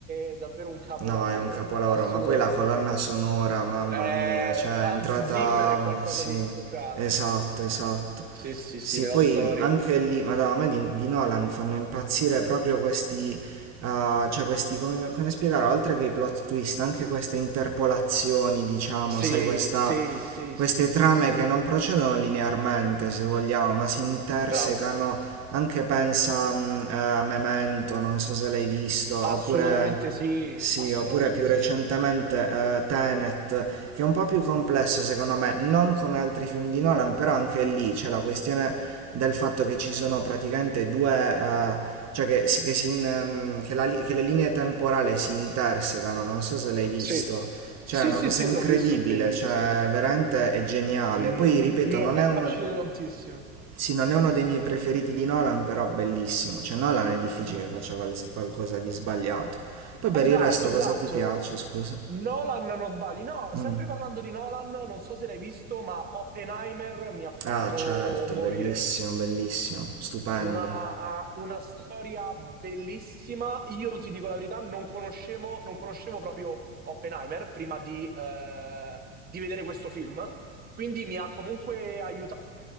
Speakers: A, on the right (about 20°); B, on the right (about 40°).
A: e è davvero un capolavoro,
B: no, è un capolavoro,
A: assolutamente.
B: ma poi la colonna sonora, mamma
A: Eh,
B: mia, cioè
A: Hans
B: è entrata,
A: Zimmer è qualcosa
B: sì,
A: di speciale.
B: esatto, esatto.
A: Sì, sì,
B: Sì,
A: sì, nella
B: poi
A: storia.
B: anche lì, madonna, a me di, di Nolan fanno impazzire proprio questi, eh, cioè questi, come, come spiegare, oltre che i plot twist, anche queste interpolazioni, diciamo,
A: Sì,
B: sai, questa,
A: sì, sì,
B: queste
A: sì, sì,
B: trame
A: sì.
B: che non procedono linearmente, se vogliamo, ma si intersecano,
A: Bravo.
B: anche pensa, mh, eh, a Memento, non so se l'hai visto, oppure...
A: Assolutamente sì,
B: Sì,
A: assolutamente
B: oppure più
A: sì.
B: recentemente eh, Tenet, che è un po' più complesso secondo me, non come altri film di Nolan, però anche lì c'è la questione del fatto che ci sono praticamente due, eh, cioè che, si- che si in- ehm, che la li- che le linee temporali si intersecano, non so se l'hai visto.
A: Sì,
B: Cioè,
A: sì,
B: è una
A: sì,
B: cosa
A: sì,
B: incredibile,
A: l'ho visto, bellissimo.
B: cioè veramente è geniale.
A: Mm,
B: Poi ripeto,
A: mi
B: non
A: è
B: è uno...
A: piaciuto tantissimo.
B: Sì, non è uno dei miei preferiti di Nolan, però bellissimo. Cioè, Nolan è difficile che faccia qual- qualcosa di sbagliato. Poi per
A: Esatto,
B: il resto cosa
A: esatto.
B: ti piace, scusa?
A: Nolan, non sbagli. No,
B: Mm.
A: sempre parlando di Nolan, non so se l'hai visto, ma Oppenheimer mi ha fatto
B: Ah, certo,
A: morire.
B: bellissimo, bellissimo, stupendo.
A: Una, una storia bellissima. Io ti dico la verità, non conoscevo, non conoscevo proprio Oppenheimer prima di, eh, di vedere questo film, quindi mi ha comunque aiutato